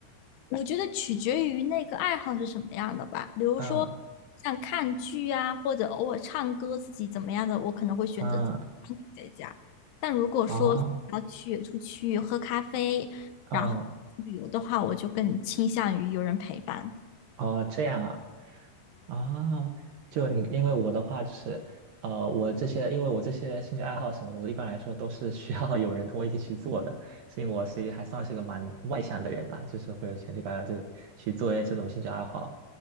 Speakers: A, on the left; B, on the right.
A: 我觉得取决于那个爱好是什么样的吧。比如说
B: 啊。
A: 像看剧啊，或者偶尔唱歌，自己怎么样的，我可能会选择自
B: 啊
A: 己在家。但如果说要去出去喝咖啡，
B: 哦，哦，
A: 然后旅游的话，我就更倾向于有人陪伴。
B: 哦，这样啊，哦，就你，因为我的话就是，呃，我这些，因为我这些兴趣爱好什么的，我一般来说都是需要有人跟我一起去做的，所以我其实还算是个蛮外向的人啦，就是会有钱去把这个去做一些这种兴趣爱好，